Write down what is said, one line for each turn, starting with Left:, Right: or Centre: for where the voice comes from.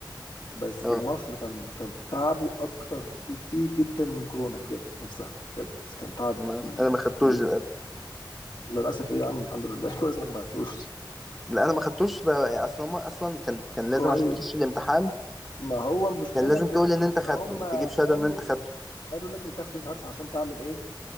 Left: بس
Centre: اه
Left: المصل كان كان تعبه اكتر بكتير جدا من كورونا بجد نفسها بجد كان تعب
Centre: ما-
Left: م-
Centre: انا ما خدتوش
Left: رهيب
Centre: للأسف.
Left: للاسف ايه يا عم الحمد لله <laughs> كويس انك ما بعتوش
Centre: لا انا ما خدتوش بقى اصلا هما اصلا كان كان لازم
Left: كويس
Centre: عشان تخش الامتحان
Left: ما هو المشكله
Centre: كان لازم
Left: ان
Centre: تقول ان انت
Left: ان
Centre: خدته
Left: هم
Centre: وتجيب شهاده
Left: قالوا
Centre: ان انت خدته
Left: قالوا لازم تاخده مش عارف عشان تعمل ايه